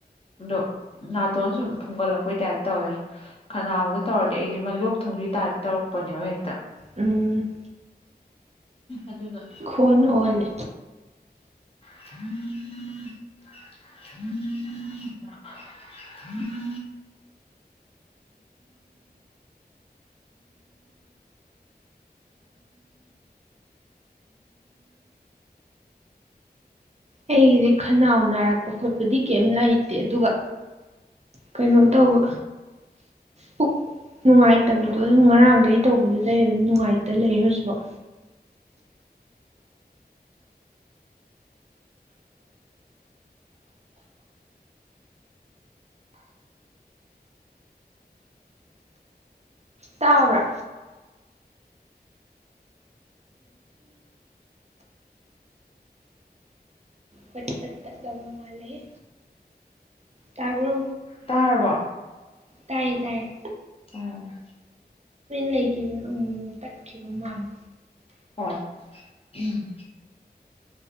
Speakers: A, on the left; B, on the right.
A: ꯑꯗꯣ ꯅꯥꯇꯣꯟ ꯁꯨꯝ ꯊꯨꯡꯒꯠꯂꯛꯄꯩ ꯇꯥꯏꯞ ꯇꯧꯋꯦ꯫ ꯈꯅꯥꯎꯗ ꯇꯧꯔꯗꯤ ꯑꯩꯗꯤ ꯑꯃ ꯂꯣꯛ ꯊꯨꯡꯗꯨꯏ ꯇꯥꯏꯞ ꯇꯧꯔꯛꯄꯅꯦꯕ ꯍꯦꯛꯇ꯫
B: ꯎꯝ
A: ꯑꯗꯨꯅ
B: ꯈꯣꯟ ꯑꯣꯟꯂꯦ꯫
A: <unintelligible>
B: ꯑꯩꯒꯤꯗꯤ ꯈꯅꯥꯎ ꯅꯥꯔꯛꯄ ꯈꯣꯠꯄꯗꯤ ꯀꯩꯝ ꯂꯩꯇꯦ ꯑꯗꯨꯒ ꯀꯩꯅꯣ ꯇꯧꯕ ꯄꯨꯛ ꯅꯨꯡꯉꯥꯏꯇꯕꯤꯗꯣ ꯑꯗꯨꯝ ꯉꯔꯥꯡꯗꯒꯤ ꯇꯧꯕꯗꯨꯗꯩ ꯑꯗꯨꯝ ꯅꯨꯡꯉꯥꯏꯇ ꯂꯩ ꯍꯧꯖꯤꯐꯥꯎ ꯇꯥꯕ꯭ꯔꯥ ꯄꯠꯄꯠꯇ ꯇꯋꯨꯡ ꯃꯥꯜꯂꯦꯍꯦ ꯇꯥꯕ꯭ꯔꯣ
A: ꯇꯥꯔꯕꯣ
B: ꯇꯥꯏꯌꯦ ꯇꯥꯏꯌꯦ
A: ꯎꯝ
B: ꯂꯩꯒꯤꯃꯦ ꯑꯃꯨꯛ ꯃꯨꯛ ꯇꯠꯈꯤꯕ ꯃꯥꯜꯂꯦ
A: ꯍꯣꯏ ꯎꯝ